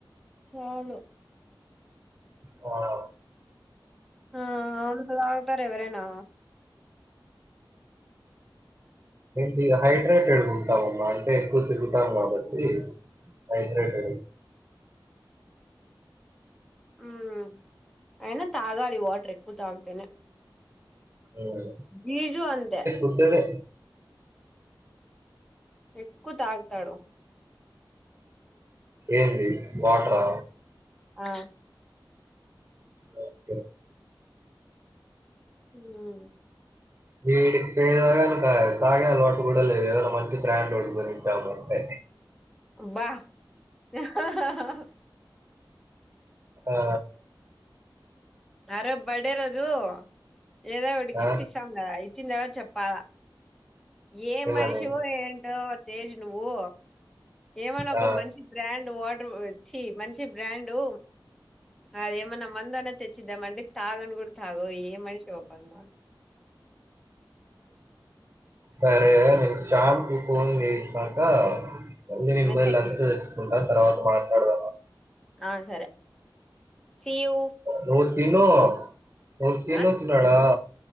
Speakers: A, in the centre; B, on the right.
A: చాలు
B: వావ్
A: ఆ అంతలా అగుతారా ఎవరేనా
B: మే హైడ్రేటెడ్గా ఉంటామామ్మా అంటే ఎక్కువ తిరుగుతాం గాబట్టి హైగ్రేటెడ్
A: ఉమ్మ్ అయినా తాగాలి వాటర్ ఎక్కువ తాగ్తేనే
B: ఉమ్మ్
A: బీజు అంతే
B: ఉత్తదే
A: ఎక్కు తాగ్తాడు
B: ఏంది వాటరా
A: ఆ
B: ఓకే
A: ఉమ్మ్
B: వీడికి పే <unintelligible> తాగే అలవాటు గూడ లేదు ఏదనా మంచి బ్రాండ్ ఒటి కొనిదామ్మంటే
A: అబ్బా ఆ హాహా
B: ఆ
A: ఆ రో బర్డే రోజు ఏదో ఒకటి
B: ఆ!
A: గిఫ్ట్ ఇస్తాం గదా ఇచ్చిన తర్వాత చెప్పాల ఏం
B: ఏమని?
A: మనిషివో ఏంటో తేజ్ నువ్వు ఏమన్నా ఒక
B: ఆ!
A: మంచి బ్రాండ్ వాటరు ఛీ మంచి బ్రాండు అదేమన్నా మందన్నా తెచ్చిద్దామంటే నువ్వు తాగను కూడా తాగవు ఏం మనిషివో అబ్బా నువ్వు
B: సరే నేను శ్యామ్ కి ఫోన్ చేసినాక మళ్ళీ నేను
A: మెసేజ్
B: బొయ్యి లంచ్
A: చెయ్
B: తెచ్చుకుంటా తర్వాత మాట్లాడుదా
A: ఆ సరే సీ యూ
B: నువ్ తిను నువ్ తిను
A: ఆ
B: చిన్నోడా
A: తిన్